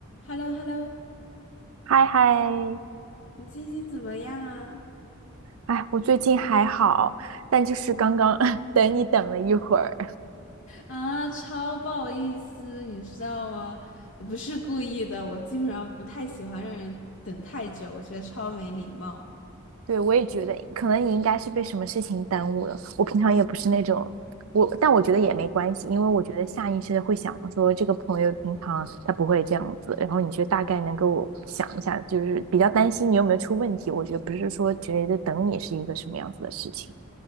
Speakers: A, on the left; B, on the right.
A: h e l l o h e l l o
B: 嗨嗨，
A: 你最近怎么样啊？
B: 哎，我最近还好，但就是刚刚 <laughs> 等你等了一会儿，
A: 啊，超不好意思，你知道吗？我不是故意的，我基本上不太喜欢让人等太久，我觉得超没礼貌。
B: 对，我也觉得可能你应该是被什么事情耽误了。我平常也不是那种，我，但我觉得也没关系，因为我觉得下意识的会想说这个朋友平常他不会这样子，然后你就大概能够想一下，就是比较担心你有没有出问题。我觉得不是说觉得等你是一个什么样子的事情。